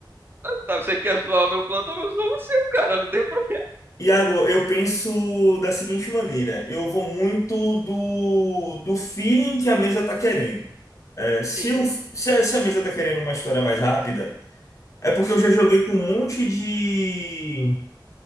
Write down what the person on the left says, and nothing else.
Iago, eu penso da seguinte maneira: eu vou muito do, do feeling que a mesa tá querendo. É, se,
o, se, a, se a mesa tá querendo uma história mais rápida, é porque eu já joguei com um monte de.